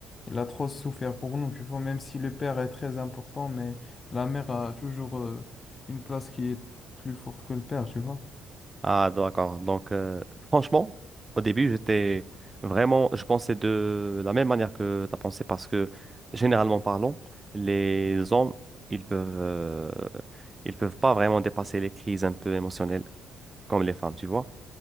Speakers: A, on the left; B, on the right.
A: elle a trop souffert pour nous, tu vois. Même si le père est très important, mais la mère a toujours, euh, une place qui est plus forte que le père, tu vois.
B: Ah, d'accord. Donc, euh, franchement, au début, j'étais vraiment, je pensais de la même manière que tu as pensé parce que, généralement parlant, les hommes, ils peuvent, euh, ils peuvent pas vraiment dépasser les crises un peu émotionnelles comme les femmes, tu vois.